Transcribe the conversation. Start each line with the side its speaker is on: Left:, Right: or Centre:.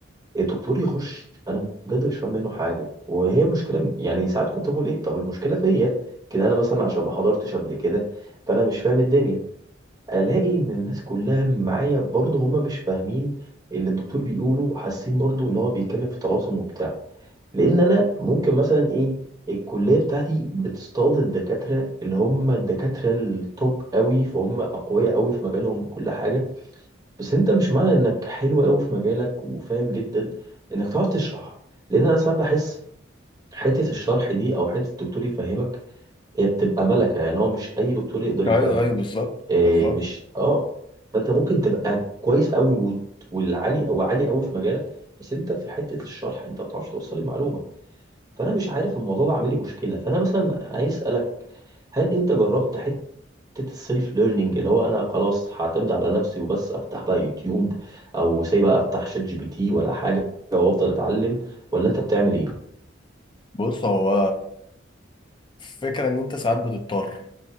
Right: الدكتور يخش انا بجد مش فاهم منه حاجه وهي مشكله يعني ساعات كنت بقول ايه طب المشكله فيا كده انا مثلا عشان ما حضرتش قبل كده فانا مش فاهم الدنيا الاقي ان الناس كلها معايا برضه هما مش فاهمين اللي الدكتور بيقوله حاسين برضه ان هو بيتكلم في طلاسم وبتاع لان انا ممكن مثلا ايه الكليه بتاعتي بتصطاد الدكاتره اللي هم الدكاتره التوب قوي فهم اقوياء قوي في مجالهم كل حاجه بس انت مش معنى انك حلو قوي في مجالك وفاهم جدا انك تعرف تشرح لان انا ساعات بحس حته الشرح دي او حته الدكتور يفهمك هي بتبقى ملكه يعني هو مش اي دكتور يقدر يفهم
Left: ايوه ايوه بالظبط
Right: إيه
Left: بالظبط
Right: مش اه فانت ممكن تبقى كويس قوي والعالي او عالي قوي في مجالك بس انت في حته الشرح انت ما بتعرفش توصل المعلومه فانا مش عارف الموضوع ده عامل لي مشكله فانا مثلا عايز اسالك هل انت جربت حته السيلف ليرنينج اللي هو انا خلاص هعتمد على نفسي وبس افتح بقى يوتيوب او سي بقى افتح شات جي بي تي ولا حاجه وافضل اتعلم ولا انت بتعمل ايه
Left: بص هو فكرة ان انت ساعات بتضطر